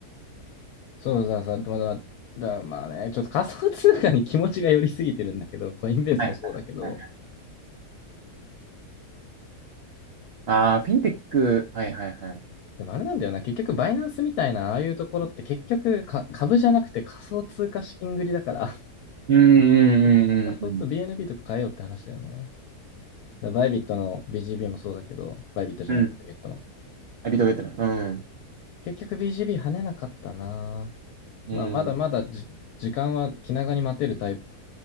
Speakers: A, on the left; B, on the right.
A: そうだ、さ、まだ、だ、まあね、ちょっと仮想通貨に気持ちが寄りすぎてるんだけど、コインベースもそうだけど、
B: はいはいはいはい。ああ、フィンテック。はいはいはい。
A: でもあれなんだよな、結局バイナンスみたいな、ああいうところって結局か株じゃなくて仮想通貨資金繰りだから、<laughs>
B: うんうんうんうんうん。
A: 結局仮想通、BNB とか変えようって話だよね。だバイビットの BGB もそうだけど、バイビットじゃない、
B: うん。
A: ビットゲットの。
B: ビットゲットね。うん。
A: 結局 BGB 跳ねなかったな。
B: うん。
A: まあ、まだまだじ時間は気長に待てるタイプ、